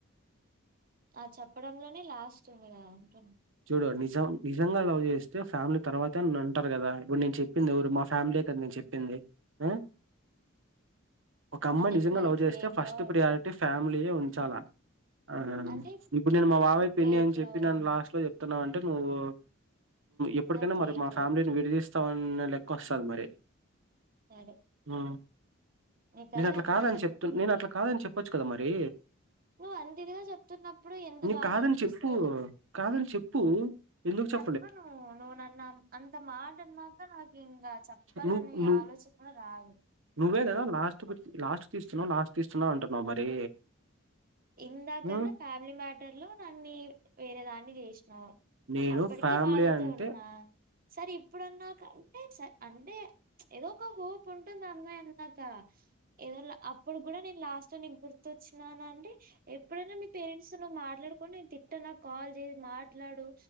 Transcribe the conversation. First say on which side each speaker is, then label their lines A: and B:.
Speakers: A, on the right; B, on the right.
A: ఆ చెప్పడంలోనే లాస్ట్ ఉంది కదా అంటున్న
B: చూడు నిజం నిజంగా లవ్ చేస్తే ఫ్యామిలీ తర్వాతే అంటారు కదా ఇప్పుడు నేను చెప్పింది ఎవరు మా ఫ్యామిలీ కదా నీకు చెప్పింది ఆ ఒక అమ్మాయి
A: అంటే
B: నిజంగా
A: ఇప్పుడు నాది
B: లవ్ చేస్తే
A: ఫేక్
B: ఫస్ట్
A: లవ్ అంటుంది
B: ప్రియారిటీ ఫ్యామిలీయే ఉంచాల ఆహా
A: అంటే
B: ఇప్పుడు నేను మా బాబయి పిన్ని
A: ఫేక్
B: అని చెప్పి
A: లవ్
B: నను
A: అను
B: లాస్ట్ లో చెప్తా అనవు అంటే నువ్వు ఎప్పుటికైనా
A: నాది ఫేక్
B: మరి మా
A: లవ్
B: ఫ్యామిలీ విడదిస్త్ వస్తన్న లెక్క్ వస్తది మరి
A: సరే
B: ఆ
A: నీకు
B: నేను
A: అదే
B: అట్లా
A: అర్థమయితే
B: కాదని చెప్తు నేను
A: నే
B: అట్లా కాదని చెప్పొచ్చు కదా మరి
A: నువ్వు అంత ఇదిగా చెప్తున్నప్పుడు ఎంత
B: నేను
A: బాధ
B: కాదని
A: అనిపిస్తది
B: చెప్పు
A: చెప్
B: కాదని చెప్పు ఎందుకు చెప్ప
A: చెప్తన్న కదా నువ్వు నన్ను అంత మాటన్నాక ఇంగ చెప్పలన్న
B: నువ్వు నువ్వు
A: ఆలోచన కూడా రాదు
B: నువ్వే కదా లాస్ట్ లాస్ట్ తీస్తున్నావు లాస్ట్ తీస్తున్నా అంటున్నావు మరి
A: ఇందాకనే
B: హ్మ్.
A: ఫ్యామిలీ మ్యాటర్ లో నన్ని వేరే దాన్ని చేసినావు
B: నేను
A: అప్పటికి
B: ఫ్యామిలీ
A: బాదతో
B: అంటే
A: ఉన్నా సరే ఇప్పుడన్నాక అంటే అంటే ఏదో ఒక హోప్ ఉంటుంది అమ్మాయి అన్నాక ఏదోలే అప్పుడు కూడా నేను లాస్ట్ లో నీకు గుర్తొచ్చినాన అంటే ఎప్పుడైనా మీ పేరెంట్స్ తో నువ్వు మాట్లాడుకుంటే నేను తిట్ట నాకు కాల్ చేసి మాట్లాడు